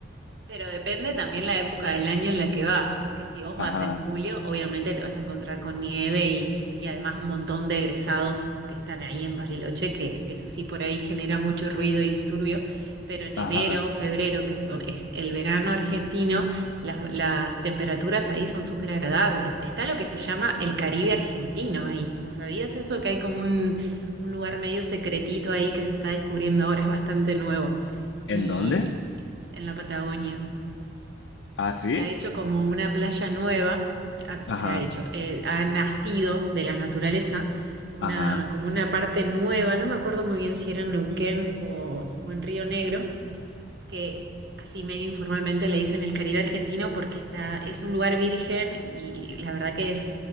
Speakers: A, on the right; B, on the left.
A: Pero depende también la época del año en la que vas, porque si vos
B: Ajá,
A: vas en julio, obviamente te vas a encontrar con nieve y, y además un montón de egresados que están ahí en Bariloche, que eso sí por ahí genera mucho ruido y disturbio, pero en enero,
B: ajá.
A: febrero, que son, es el verano argentino, las, las temperaturas ahí son súper agradables. Está lo que se llama el Caribe argentino ahí. ¿Vos sabías eso? Que hay como un, un lugar medio secretito ahí que se está descubriendo ahora, es bastante nuevo. Y
B: ¿En dónde?
A: en la Patagonia.
B: Ah, sí.
A: Se ha hecho como una playa nueva, ah,
B: Ajá,
A: se ha hecho, eh, ha nacido de la naturaleza una,
B: ajá.
A: como una parte nueva, no me acuerdo muy bien si era en Neuquén o, o en Río Negro, que así medio informalmente le dicen el Caribe argentino porque está, es un lugar virgen y la verdad que es